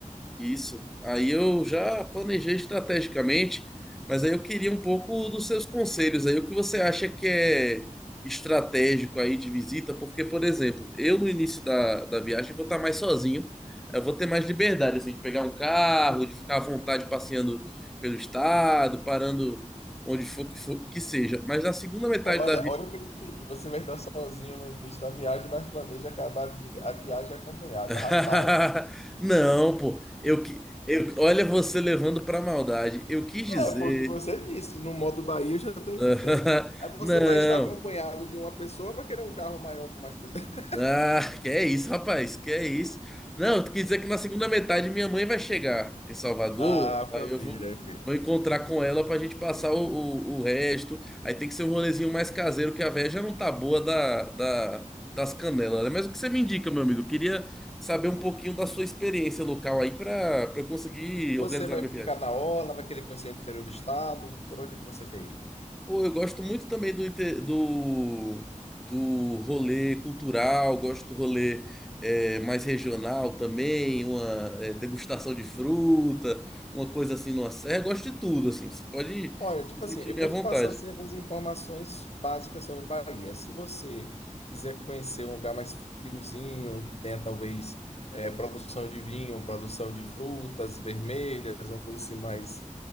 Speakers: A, in the centre; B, on the left.
A: Isso. Aí eu já planejei estrategicamente, mas aí eu queria um pouco dos seus conselhos aí. O que você acha que é estratégico aí de visita? Porque, por exemplo, eu no início da, da viagem vou estar mais sozinho. Eu vou ter mais liberdade, assim, de pegar um carro,
B: Sim.
A: de ficar à vontade passeando pelo estado, parando onde for que, for, que seja. Mas na segunda metade
B: Olha,
A: da vida.
B: olha o que eu entendi. Você vai estar sozinho no início da viagem, mas planeja acabar a vi- a viagem acompanhado.
A: <laughs>
B: Rapaz,
A: Não, pô. Eu que. Eu, olha você levando pra maldade. Eu quis dizer.
B: É, foi o que você disse. No modo Bahia, eu já estou entendendo.
A: <laughs>
B: Aí você
A: Não.
B: vai estar acompanhado de uma pessoa, vai querer um carro maior com mais pessoas. <laughs>
A: Ah, que é isso, rapaz? Que é isso? Não, quer dizer que na segunda metade minha mãe vai chegar em Salvador,
B: Ah,
A: aí
B: família,
A: eu vou,
B: ok.
A: vou encontrar com ela pra gente passar o, o, o resto. Aí tem que ser um rolezinho mais caseiro, que a véia já não tá boa da, da, das canelas, né? Mas o que você me indica, meu amigo? Eu queria saber um pouquinho da sua experiência local aí pra, pra eu conseguir
B: Você
A: organizar
B: vai
A: minha viagem.
B: ficar na orla, vai querer conhecer o interior do estado, por onde você quer ir?
A: Pô, eu gosto muito também do, inte- do, do rolê cultural, gosto do rolê é, mais regional também, uma é, degustação de fruta, uma coisa assim numa serra, gosto de tudo, assim, você pode
B: Olha, tipo
A: se sentir
B: assim, eu
A: bem
B: vou
A: à vontade.
B: te passar assim, algumas informações básicas sobre a Bahia. Se você quiser conhecer um lugar mais friozinho, que tenha talvez eh, produção de vinho, produção de frutas vermelhas, uma coisa assim mais